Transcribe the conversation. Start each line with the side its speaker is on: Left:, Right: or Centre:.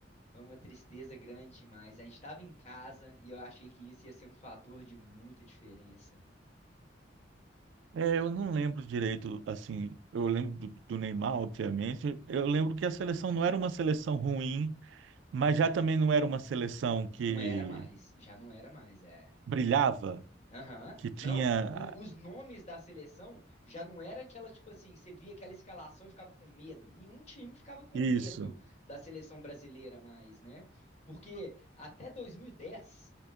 Left: foi uma tristeza grande demais. A gente estava em casa e eu achei que isso ia ser um fator de muita diferença.
Right: É, eu não lembro direito, assim, eu lembro do, do Neymar, obviamente. Eu lembro que a seleção não era uma seleção ruim, mas já também não era uma seleção que
Left: Não era mais, já não era mais, é.
Right: brilhava,
Left: Aham.
Right: que tinha
Left: Não, o-
Right: ah,
Left: os nomes da seleção já não era aquela, tipo assim, você via aquela escalação e ficava com medo. Nenhum time ficava com
Right: isso.
Left: medo da seleção brasileira mais, né? Porque até 2010,